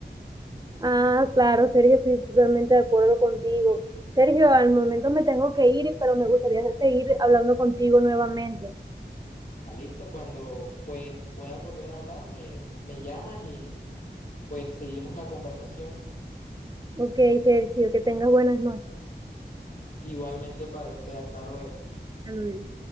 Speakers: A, on the right; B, on the left.
A: Ah, claro, Sergio, estoy totalmente de acuerdo contigo. Sergio, al momento me tengo que ir, pero me gustaría seguir hablando contigo nuevamente.
B: Ah, listo, cuando pues puedas volver a hablar, me, me llamas y pues seguimos la conversación.
A: Ok, Sergio, que tengas buenas noches.
B: Igualmente para usted, hasta luego.
A: Saludos.